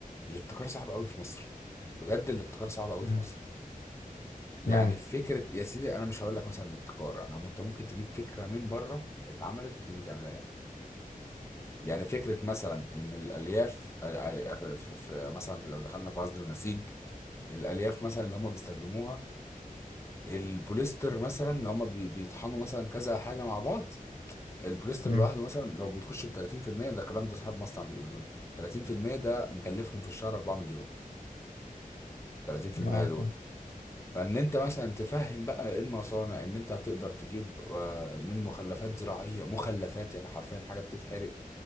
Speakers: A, on the left; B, on the left.
A: الابتكار صعب قوي في مصر بجد الابتكار صعب قوي
B: مم.
A: في مصر يعني
B: اشمعنى
A: فكره يا سيدي انا مش هقول لك مثلا الابتكار انا انت ممكن تجيب فكره من بره اتعملت وتيجي تعملها يعني يعني فكره مثلا ان الالياف ال- ال- في في- في- مثلا لو دخلنا في عزل ونسيج الالياف مثلا اللي هم بيستخدموها البوليستر مثلا اللي هم بي- بيطحنوا مثلا كذا حاجه مع بعض البوليستر
B: مم.
A: لوحده مثلا لو بنخش في 30% ده الكلام ده صاحب مصنع بيقوله لي 30% ده مكلفهم في الشهر 4 مليون 30%
B: معاك
A: دول فان انت مثلا تفهم بقى إيه المصانع ان انت هتقدر تجيب آه، من مخلفات زراعيه مخلفات يعني حرفيا حاجه بتتحرق